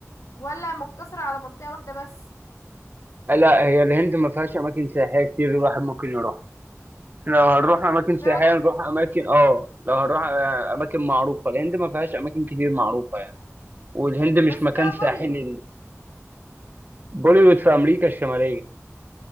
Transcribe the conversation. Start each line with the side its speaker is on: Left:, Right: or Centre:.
Left: ولا مقتصرة على منطقة واحدة بس
Right: لا هي الهند ما فيهاش اماكن سياحيه كتير الواحد ممكن يروح لو هنروح اماكن سياحيه
Left: فعلا
Right: نروح اماكن اه لو هنروح آه، اماكن معروفه الهند ما فيهاش اماكن كتير معروفه يعني والهند مش
Left: بس
Right: مكان
Left: فيها بوليوود
Right: ساحلي بوليوود في امريكا الشماليه